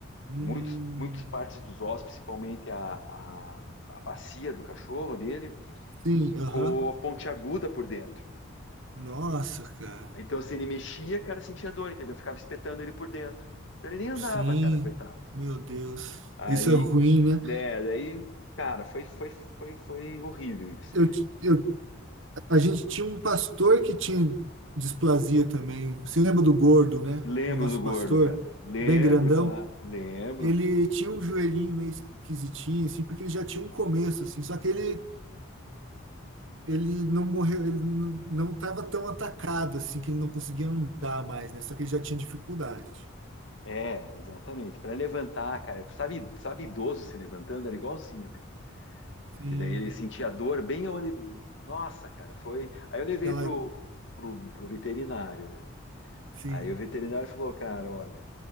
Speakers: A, on the right; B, on the left.
A: hum,
B: muitos, muitas partes dos ossos, principalmente a, a, a bacia do cachorro dele,
A: sim,
B: ficou
A: aham.
B: pontiaguda por dentro.
A: Nossa, cara.
B: Então, se ele mexia, cara, sentia dor, entendeu? Eu ficava espetando ele por dentro. Então, ele nem andava,
A: Sim,
B: cara, coitado.
A: meu Deus.
B: Aí,
A: Isso é ruim, né?
B: né, daí, cara, foi, foi, foi, foi horrível isso.
A: Eu, ti- eu, a gente tinha um pastor que tinha displasia também. Você lembra do gordo, né?
B: Lembro
A: O nosso
B: do gordo,
A: pastor,
B: cara. Lembro,
A: bem grandão.
B: claro. Lembro.
A: Ele tinha um joelhinho meio esquisitinho, assim, porque ele já tinha um começo, assim. Só que ele ele não morreu, ele não estava tão atacado assim que ele não conseguia andar mais, né? Só que ele já tinha dificuldade.
B: É, exatamente. Para levantar, cara. Sabe, sabe idoso se levantando? Era igualzinho, cara. Porque
A: Sim,
B: daí ele sentia dor bem onde. Nossa, cara, foi. Aí eu levei
A: aquela,
B: pro, pro, pro veterinário, né?
A: sim,
B: Aí o veterinário falou, cara, olha,